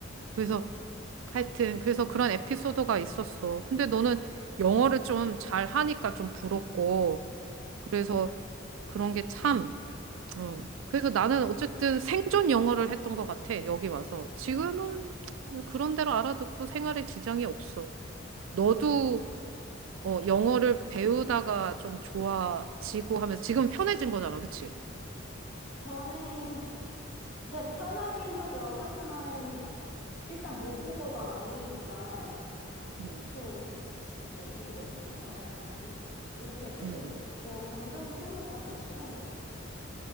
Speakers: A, on the right; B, on the left.
A: 그래서 하여튼 그래서 그런 에피소드가 있었어. 근데 너는 영어를 좀 잘 하니까 좀 부럽고 그래서 그런 게 참, 어. 그래서 나는 어쨌든 생존 영어를 했던 것 같아, 여기 와서. 지금은 그냥 그런 대로 알아듣고 생활에 지장이 없어. 너도
B: 그,
A: 어, 영어를 배우다가 좀 좋아지고 하면서 지금 편해진 거잖아, 그치?
B: 저는, 네, 편하긴 하죠. 하지만, 일단 모국어가 아니니까,
A: 음.
B: 계속, 뭐, 이거 어떻게 말해야 하지? 이렇게 조금
A: 음.
B: 더 감정 소모가 더 심한 것 같아요.